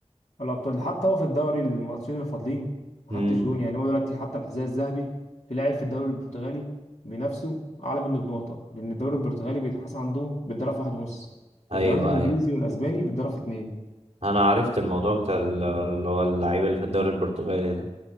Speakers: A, on the left; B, on the right.
A: الابطال حتى هو في الدوري الماتشين الفاضلين ما
B: امم
A: حطش جون يعني هو دلوقتي حتى الحذاء الذهبي في لاعب في الدوري البرتغالي بنفسه اعلى منه بنقطه لان الدوري البرتغالي بيتحسن عندهم بالضرب في واحد ونص
B: ايوه
A: في الدوري الانجليزي
B: ايوه
A: والاسباني بالضرب في اتنين
B: انا عرفت الموضوع بتاع ال- اللي هو اللعيب اللي في الدوري البرتغالي ده